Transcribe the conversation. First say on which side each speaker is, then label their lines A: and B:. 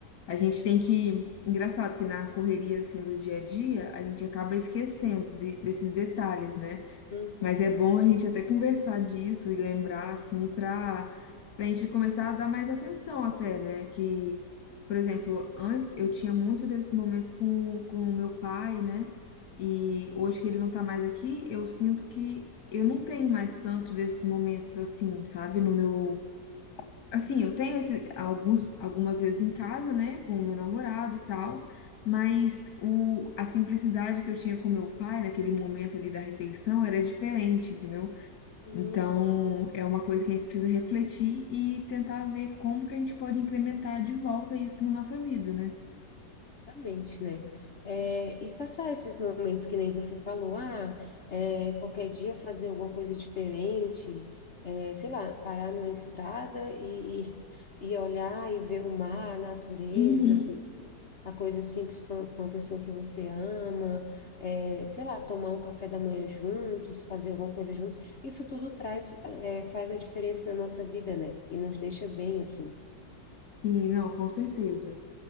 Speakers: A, on the left; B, on the left.
A: A gente tem que. Engraçado que na correria assim do dia a dia, a gente acaba esquecendo de- desses detalhes, né?
B: Uhum.
A: Mas é bom a gente até conversar disso e lembrar assim para para a gente começar a dar mais atenção até, né? Que, por exemplo, antes eu tinha muito desses momentos com com o meu pai, né? E hoje que ele não tá mais aqui, eu sinto que eu não tenho mais tanto desses momentos assim, sabe, no meu Assim, eu tenho esse, alguns, algumas vezes em casa, né, com o meu namorado e tal, mas o, a simplicidade que eu tinha com meu pai naquele momento ali da refeição era diferente, entendeu?
B: Sim.
A: Então, é uma coisa que a gente precisa refletir e tentar ver como que a gente pode incrementar de volta isso na nossa vida, né?
B: Exatamente, né? É, e passar esses momentos que nem você falou, ah, é, qualquer dia fazer alguma coisa diferente, é, sei lá, parar numa estrada e, e, e olhar e ver o mar, a natureza,
A: Uhum.
B: a coisa simples com com a pessoa que você ama, é, sei lá, tomar um café da manhã juntos, fazer alguma coisa junto, isso tudo traz, é, faz a diferença na nossa vida, né? E nos deixa bem assim.
A: Sim, não, com certeza.